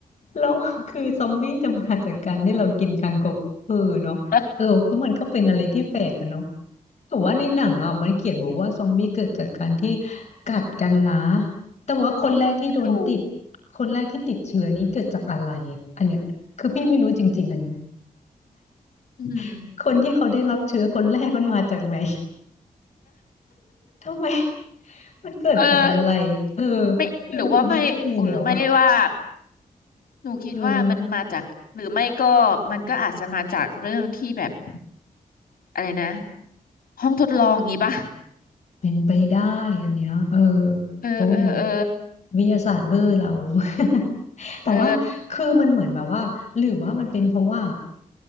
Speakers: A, on the left; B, on the left.
A: แล้วคือซอมบี้จะมาจากการที่เรากินคางคกเออเนาะเออเพราะมันก็เป็นอะไรที่แปลกอะเนาะ
B: ห
A: แต่ว่าในหนังอ่ะมันเขียนบอกว่าซอมบี้เกิดจากการที่กัดกันนะ แต่ว่าคนแรกที่โดนติด
B: รู้
A: คนแรกที่ติดเชื้อนี้เกิดจากอะไรอ่ะอันเนี้ยคือพี่ไม่รู้จริงๆอันนี้
B: อืม
A: <laughs> คนที่เขาได้รับเชื้อคนแรกมันมาจากไหน ทำไม <laughs> มันเกิดจากอะไรเออ
B: เออไม่หรือว่าไม่หรือไม่ว่า
A: อยู่ดีๆก็มีแล้วอะ
B: หนูคิดว่ามันมาจากหรือไม่ก็มันก็อาจจะมาจากเรื่องที่แบบ
A: เออ
B: อะไรนะห้องทดลองงี้ป่ะ
A: เป็นไปได้อันเนี้ยเออ
B: เออเออเออ
A: โอ้ยวิทยาศาสตร์เวอร์เรา <laughs> แต่ว่าคือมันเหมือนแบบว่าหรือว่ามันเป็นเพราะว่า
B: เออ